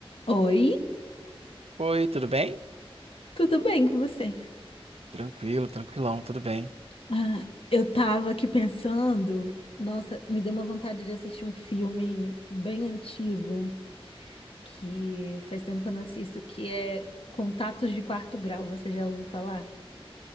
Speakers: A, on the left; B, on the right.
A: Oi,
B: Oi, tudo bem?
A: tudo bem com você?
B: Tranquilo, tranquilão, tudo bem.
A: Ah, eu tava aqui pensando, nossa, me deu uma vontade de assistir um filme bem antigo, que faz tempo que eu não assisto, que é Contatos de Quarto Grau, você já ouviu falar?